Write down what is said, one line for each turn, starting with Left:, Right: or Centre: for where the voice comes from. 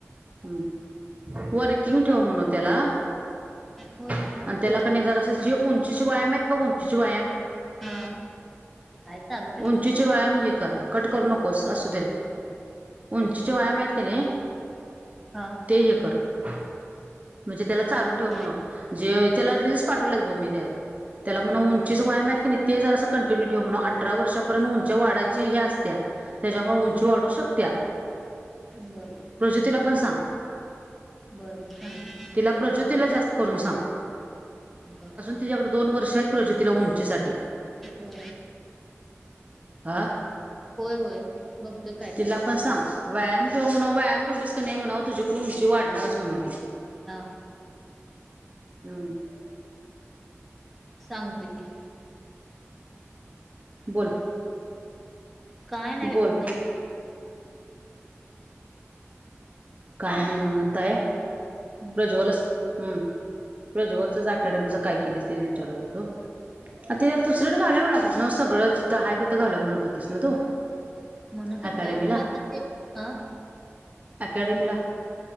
Right: हम् वर किंग ठेव म्हण त्याला.
Centre: होय
Right: आणि
Centre: हाय
Right: त्याला
Centre: की वर
Right: क नाही जरा असं जे उंचीचे व्यायाम आहेत बघ उंचीचे व्यायाम.
Centre: ह, काय चालू.
Right: उंचीचे व्यायाम हे कर. कट करू नकोस असू देल उंचीचे व्यायाम आहेत की नाही.
Centre: हा
Right: ते हे कर म्हणजे त्याला चालू ठेव
Centre: बर
Right: म्हनाव. जे त्याला रिस पाठवलेत ब मी त्याला. त्याला म्हणव उंचीच व्यायाम आहेत की नाही ते जर असं कंटिन्यू ठेव म्हणावं आठ. अठरा वर्षापर्यंत उंच वाढायची ह असत्या त्याच्यामुळे उंची वाढू शकत्या.
Centre: बर.
Right: प्रज्योतीला पण सांग.
Centre: बर सांगते की.
Right: तिला प्रज्योतीला जास्त करून सांग.
Centre: बर.
Right: तूझ्याकडे दोन वर्ष आहेत प्रजोतीला उंचीसाठी.
Centre: हो,
Right: आ,
Centre: होय होय बघतोय काय
Right: तिला
Centre: काय.
Right: पण सांग व्यायाम ठेव म्हणव व्यायाम ठेवलीच का नाही म्हणव तुझी पण उंची वाढणारच म्हणवती.
Centre: हा
Right: हम
Centre: सांगते की
Right: बोल
Centre: हा काय नाही बाई
Right: बोल
Centre: हाय घरात
Right: काय नाही निवांत हाय
Centre: हं,
Right: <unintelligible> हम प्रज्वलचच अकॅडमीच काय केलेस ते विचारत होतो आ ते दुसरंडे घाललं म्हणा होतीस ना सगळं जिथं आहे तिथ घालू म्हणत होतीस ना तू
Centre: म्हणत होतं
Right: अकॅडमीला
Centre: खर आता ते आ
Right: अकॅडमीला